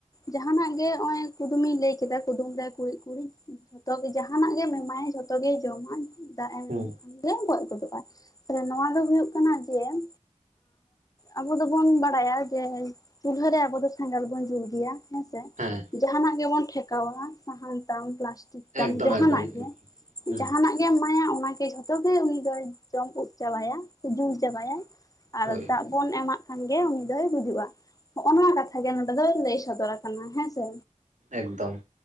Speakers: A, on the left; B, on the right.
A: ᱡᱟᱦᱱᱟᱜ ᱜᱮ ᱱᱚᱜᱚᱭ ᱠᱩᱫᱩᱢᱤᱧ ᱞᱟᱹᱭ ᱠᱮᱫᱟ ᱠᱩᱫᱩᱢ ᱨᱮ ᱠᱩᱲᱤᱫ ᱠᱩᱲᱤᱫ ᱡᱚᱛᱚ ᱜᱮ ᱡᱟᱦᱟᱱᱟᱜ ᱜᱮ ᱮᱢᱟᱭᱟ ᱡᱚᱛᱚ ᱜᱮᱭ ᱡᱚᱢᱟᱭ ᱫᱟᱜ ᱮᱢ
B: ᱦᱮᱸ
A: ᱞᱮᱠᱷᱟᱱᱜ ᱜᱚᱡ ᱜᱚᱫᱚᱜᱼᱟ ᱛᱟᱦᱚᱞᱮ ᱱᱚᱣᱟ ᱫᱚ ᱦᱩᱭᱩᱜ ᱠᱟᱱᱟ ᱡᱮ ᱮᱸ ᱟᱵᱚ ᱫᱚᱵᱚᱱ ᱵᱟᱲᱟᱭᱟ ᱡᱮ ᱪᱩᱞᱦᱟᱹᱨᱮ ᱟᱵᱚ ᱫᱚ ᱥᱮᱸᱜᱮᱞ ᱵᱚᱱ ᱡᱩᱞ ᱜᱮᱭᱟ ᱦᱮᱸᱥᱮ
B: ᱦᱮᱸ
A: ᱡᱟᱦᱟᱱᱟᱜ ᱜᱮᱵᱚᱱ ᱴᱷᱮᱠᱟᱣᱟ ᱥᱟᱦᱟᱱ ᱛᱟᱢ ᱯᱞᱟᱥᱴᱤᱠ ᱛᱟᱢ
B: ᱮᱠᱫᱚᱢ
A: ᱡᱟᱦᱟᱱᱟᱜ
B: ᱮᱠᱫᱚᱢ
A: ᱜᱮ
B: ᱦᱮᱸ
A: ᱡᱟᱦᱟᱱᱟᱜ ᱜᱮ᱾ ᱜᱮ ᱮᱢᱟᱭᱟ ᱚᱱᱟᱜᱮ ᱡᱷᱚᱛᱚ ᱜᱮ ᱩᱱᱤ ᱫᱚᱭ ᱡᱚᱢ ᱩᱵ ᱪᱟᱵᱟᱭᱟ ᱡᱩᱞ ᱪᱟᱵᱟᱭᱟ᱾ ᱟᱨ
B: ᱦᱳᱭ
A: ᱫᱟᱜ ᱵᱚᱱ ᱮᱢᱟᱜ ᱠᱷᱟᱱᱜᱮ ᱩᱱᱤ ᱫᱚᱭ ᱜᱩᱡᱩᱜᱼᱟ᱾ ᱦᱚᱸᱜᱼᱚ ᱱᱚᱣᱟ ᱠᱟᱛᱷᱟ ᱜᱮ ᱱᱚᱸᱰᱮ ᱫᱚ ᱞᱟᱹᱭ ᱥᱚᱫᱚᱨ ᱟᱠᱟᱱᱟ ᱦᱮᱸ ᱥᱮ
B: ᱮᱠᱫᱚᱢ